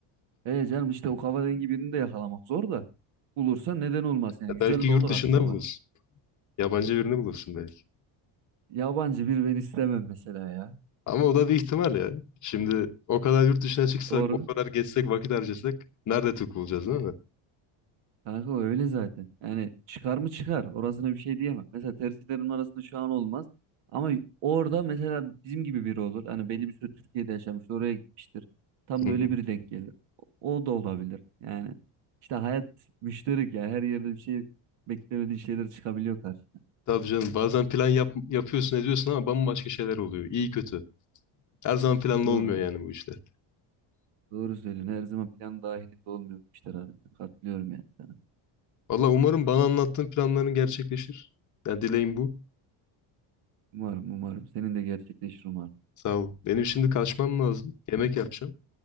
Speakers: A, on the right; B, on the left.
A: E canım işte o kafa dengi birini de yakalamak zor da bulursa neden olmaz yani
B: Ya
A: güzel
B: belki
A: de
B: yurt
A: olur
B: dışında
A: hatta
B: bulursun.
A: bak.
B: Yabancı birini bulursun belki.
A: Yabancı bir ben istemem mesela ya.
B: Ama o da bir ihtimal ya. Şimdi o kadar yurt dışına çıksak,
A: Doğru.
B: o kadar gezsek, vakit harcasak nerede Türk bulacağız değil mi?
A: Kanka o öyle zaten. Yani çıkar mı çıkar. Orasına bir şey diyemem. Mesela tercihlerin arasında şu an olmaz. Ama orada mesela bizim gibi biri olur. Hani belli bir süre Türkiye'de yaşamış, oraya gitmiştir. Tam
B: Hı
A: da
B: hı.
A: öyle biri denk gelir. O o da olabilir. Yani işte hayat müşterik ya. Her yerde bir şey beklemediğin şeyler çıkabiliyor karşına.
B: Tabii canım bazen plan yap yapıyorsun ediyorsun ama bambaşka şeyler oluyor. İyi kötü. Her zaman planlı
A: Doğru
B: olmuyor
A: doğru.
B: yani bu işler.
A: Doğru söylüyorsun. Her zaman plan dahilinde olmuyor bu işler harbiden. Katılıyorum yani sana.
B: Valla umarım bana anlattığın planların gerçekleşir. Yani dileğim bu.
A: Umarım umarım. Senin de gerçekleşir umarım.
B: Sağ ol. Benim şimdi kaçmam lazım. Yemek yapacağım.